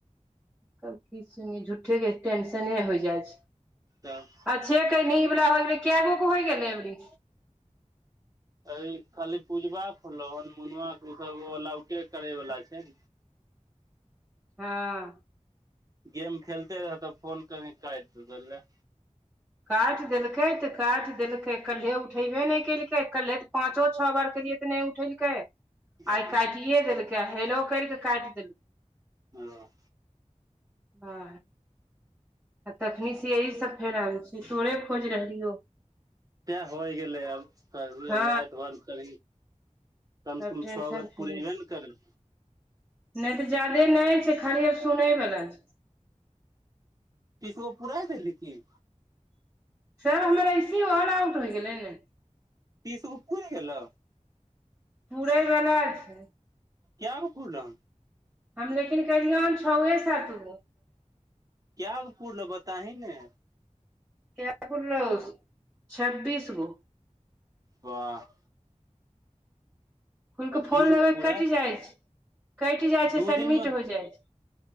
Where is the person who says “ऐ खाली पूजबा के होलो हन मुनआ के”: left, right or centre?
Right